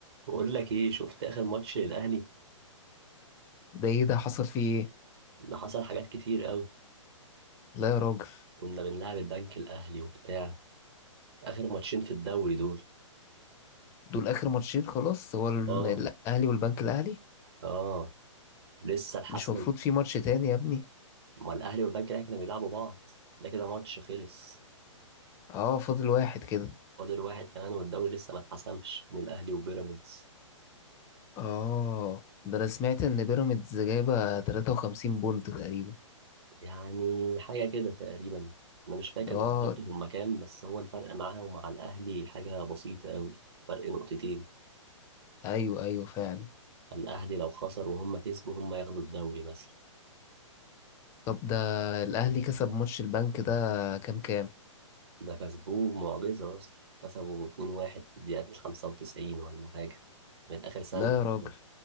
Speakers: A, on the right; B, on the left.
A: بقول لك ايه شفت اخر ماتش للاهلي
B: ده ايه ده حصل فيه ايه
A: ده حصل حاجات كتير قوي
B: لا
A: كنت-
B: يا راجل
A: كنا بنلعب البنك الاهلي وبتاع اخر ماتشين في الدوري دول
B: دول اخر ماتشين خلاص هو ال-
A: اه
B: الاهلي والبنك الاهلي
A: اه لسه الحسم
B: مش مفروض في ماتش تاني يا ابني
A: ما الاهلي والبنك الاهلي كانوا بيلعبوا بعض ده كده ماتش خلص
B: اه فاضل واحد كده
A: فاضل واحد كمان والدوري لسه ما اتحسمش من الاهلي وبيراميدز
B: اه ده انا سمعت ان بيراميدز جايبه 53 بونت تقريبا
A: يعني حاجه كده تقريبا انا مش فاكر
B: اه
A: بالظبط هما كام بس هو الفرق معاه ومع الاهلي حاجه بسيطه قوي فرق نقطتين
B: ايوه ايوه فعلا
A: الاهلي لو خسر وهم كسبوا هم ياخدوا الدوري مثلا
B: طب ده الاهلي كسب ماتش البنك ده كام كام
A: ده كسبوه معجزة أصلا كسبوا 2-1 في الدقيقة 95 ولا حاجة كانت آخر ثانية
B: لا يا راجل
A: كمان.